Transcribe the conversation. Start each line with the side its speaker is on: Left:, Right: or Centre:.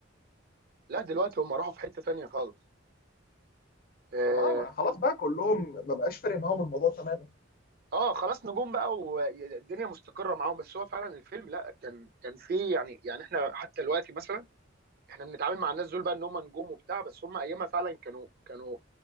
Right: لا دلوقتي هم راحوا في حتة تانية خالص اه,
Left: اه ما خلاص بقى كلهم ما بقاش فارق معاهم الموضوع تماما
Right: آه خلاص نجوم بقى والدنيا مستقرة معاهم بس هو فعلا الفيلم لا كان كان فيه يعني يعني احنا حتى دلوقتي مثلا احنا بنتعامل مع الناس دول بقى ان هم نجوم وبتاع بس هم ايامها فعلا كانوا كانوا